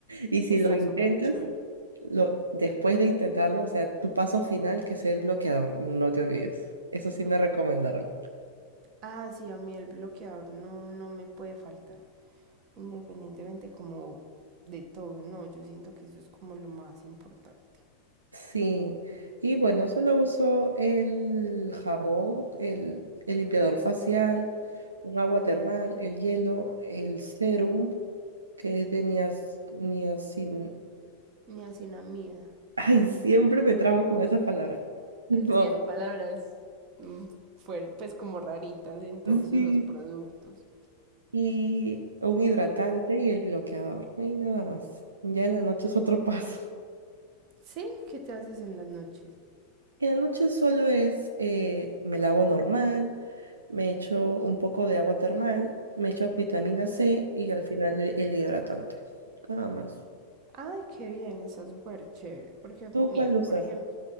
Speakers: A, on the right (about 75°); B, on the right (about 40°).
A: Y si
B: Está
A: lo intentas,
B: súper chévere.
A: lo, después de intentarlo, o sea, tu paso final, que sea el bloqueador, no te olvides. Eso sí me recomendaron.
B: Ah, sí, a mí el bloqueador no, no me puede faltar. Independientemente como de todo, no, yo siento que eso es como lo más importante.
A: Sí, y bueno, solo uso el jabón, el, el limpiador facial, un agua termal, el hielo, el serum, que es de nias, niacin... <laughs>
B: Niacinamida.
A: Ay, siempre me trabo con esa palabra. <laughs> Tipo,
B: Sí, hay palabras mm, fuer- pues como raritas en todos
A: sí.
B: esos productos.
A: Y un hidratante y el bloqueador. Y nada más. Ya en la noche es otro <laughs> paso.
B: Sí, ¿qué te haces en las noches?
A: En la noche solo es, eh, me lavo normal, me echo un poco de agua termal, me echo vitamina C y al final el, el hidratante. Nada más.
B: Ay, qué bien, está súper chévere. Porque,
A: ¿Tú
B: mira,
A: cuál usas?
B: por ejemplo,